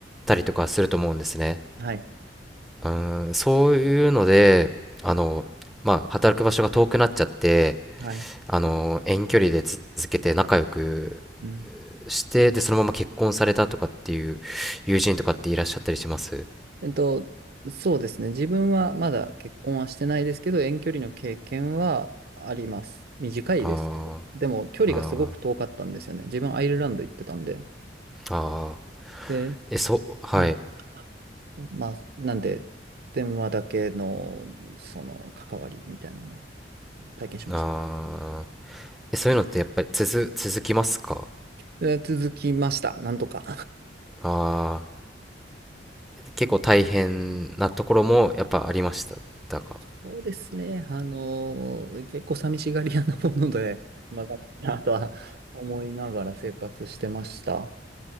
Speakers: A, in the centre; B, on the right.
A: たりとかすると思うんですね。
B: はい。
A: うん、そういうので、あの、まあ、働く場所が遠くなっちゃって、
B: はい。
A: あの、遠距離で続けて仲良く
B: うん。
A: して、で、そのまま結婚されたとかっていう友人とかっていらっしゃったりします
B: えっと、そうですね。自分はまだ結婚はしてないですけど、遠距離の経験はあります。短いですけど。
A: あ
B: でも、距離がすごく遠かったんですよね。
A: ーあ
B: 自分、アイルランド行ってたんで。
A: ー、あー
B: で、
A: え、そ、はい、
B: うんあまあ、なんで、電話だけの、その、関わりみたいなのは体験しました。
A: あーえ、そういうのってやっぱり続、続きますか
B: で続きました。なんとか。
A: あー結構大変なところもやっぱありましたか
B: そうですね。あのー結構寂しがり屋なもので、まあ、だなとは思いながら生活してました。